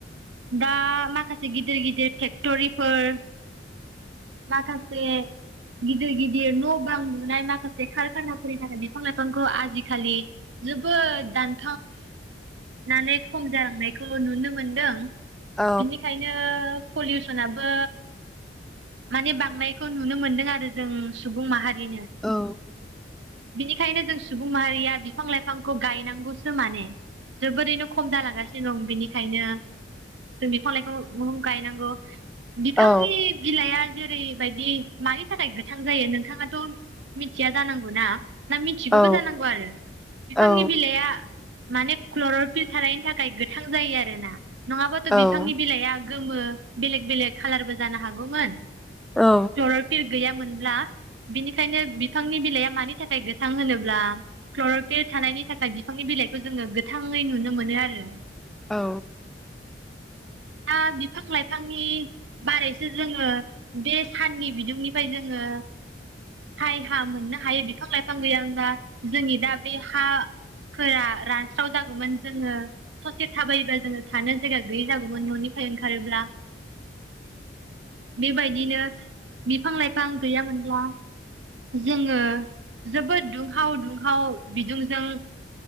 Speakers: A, on the right (about 80°); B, in the centre.
A: दा माखासे गिदिर गिदिर फेक्ट'रिफोर माखासे गिदिर गिदिर न' बां लुनाय माखासे कारखानाफोरनि थाखाय बिफां लाइफां आजिखालि जोबोद दान <unintelligible> नानै खम जालांनायखौ नुनो मोनदों
B: औ
A: बिनिखायनो पलिउसनाबो माने बांनायखौ नुनो मोनदों आरो जों सुबुं माहारि
B: औ
A: बिदिनो बिनिखायनो जों सुबुं माहारिया बिफां लाइफांखौ गायनांगौ माने जोबोरैनो खम जालांगासिनो दं बिनिखायनो जों बिफां लाइ <unintelligible> गायनांगौ बिफांनि
B: औ
A: बिलाइआ जेरैबायदि मानि थाखाय गोथां जायो नोंथाङाथ' मिथिया जानांगौना ना मिथिगौबो
B: औ
A: जानांगौ आरो बिफांनि
B: औ
A: बिलाइआ माने क्लरल फिलथारनायनि थाखाय गोथां जायो आरोना नङाबाथ' बिफांनि
B: औ
A: बिलाइआ गोमो बेलेग बेलेक कलारबो जानो हागौमोन <unintelligible>
B: औ
A: गैयामोनब्ला बिनिखायनो बिफांनि बिलाइआ मानि थाखाय गोथां होनोब्ला क्लर'फेड थानायनि थाखाय बिफांनि बिलाइ खौ जोङो गोथाङै नुनो मोनो आरो
B: औ
A: दा बिफां लाइफांनि बाराय जोंङो बे साननि बिदुंनिफ्राय जोङो साय हा मोननो हायो बिफां लाइफां गैय गोयामोनबा जोंनि दा बे हाफोरा रानस्राव जागौमोन जोंङो ससे थाबायोबा जोङो थानो जायगा गैयै जागौ गुबुन न'निफ्राय ओंखारोब्ला बेबायदिनो बिफां लाइफां गैयामोनब्ला जों ओ जोबोद दुंहाव दुंहाव बिदुंजों